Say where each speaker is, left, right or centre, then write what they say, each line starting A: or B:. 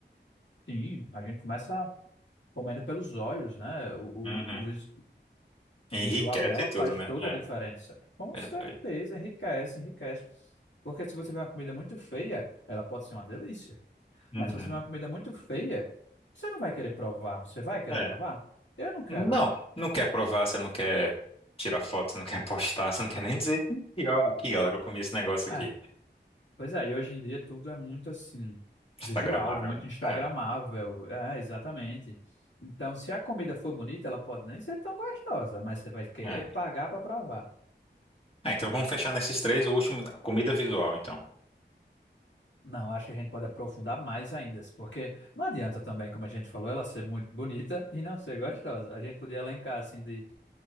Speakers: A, on the left; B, on the left.
A: Sim, a gente começa comendo pelos olhos, né? O,
B: Uhum.
A: o, o, vis-
B: Enriquece
A: O visual dela
B: tudo,
A: faz
B: né?
A: toda
B: É,
A: a diferença. Com
B: verdade.
A: certeza, enriquece, enriquece. Porque se você vê uma comida muito feia, ela pode ser uma delícia.
B: Uhum.
A: Mas se você vê uma comida muito feia, você não vai querer provar. Você vai querer
B: É.
A: provar? Eu não quero.
B: Não, não quer provar, você não quer tirar foto, você não quer postar, você não quer nem dizer que, ó, aqui, galera, eu comi esse negócio
A: Ah,
B: aqui.
A: pois é, e hoje em dia tudo é muito assim,
B: Instagramável,
A: visual, muito
B: né?
A: instagramável.
B: É,
A: É, exatamente. Então, se a comida for bonita, ela pode nem ser tão gostosa, mas você vai querer
B: é.
A: pagar para provar.
B: Ah, então vamos fechar nesses três, o último, comida visual, então.
A: Não, acho que a gente pode aprofundar mais ainda, porque não adianta também, como a gente falou, ela ser muito bonita e não ser gostosa. A gente podia elencar assim de